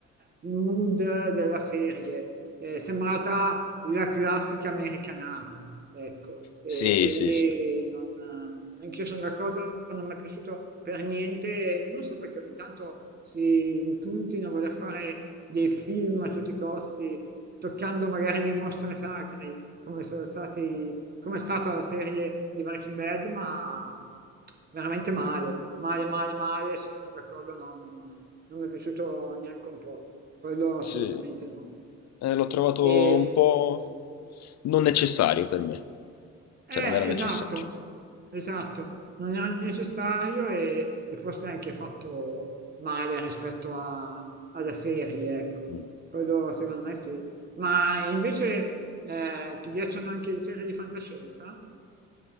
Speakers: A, on the right; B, on the left.
A: il mood della serie, è sembrata la classica americanata, ecco, e
B: sì,
A: quindi
B: sì, sì.
A: non, anch'io sono d'accordo, non mi è piaciuto per niente, non so perché ogni tanto si impuntino a voler fare dei film a tutti i costi, toccando magari dei mostri sacri, come sono stati come è stata la serie di Breaking Bad, ma veramente male, male, male, male, sono d'accordo, no, non, non mi è piaciuto neanche un po', quello assolutamente
B: Sì.
A: no.
B: Eh, l'ho trovato
A: E,
B: un po' non necessario per me,
A: eh,
B: cioè non era
A: esatto,
B: necessario.
A: esatto, non era necessario e, e forse anche fatto male rispetto a- alla serie, ecco,
B: Mm.
A: quello secondo me sì. Ma invece eh, ti piacciono anche le serie di fantascienza?